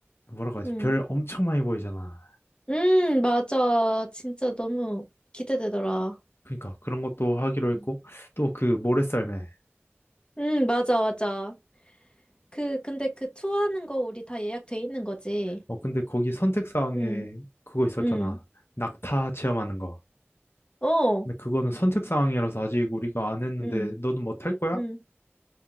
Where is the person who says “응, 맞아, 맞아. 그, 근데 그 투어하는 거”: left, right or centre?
Left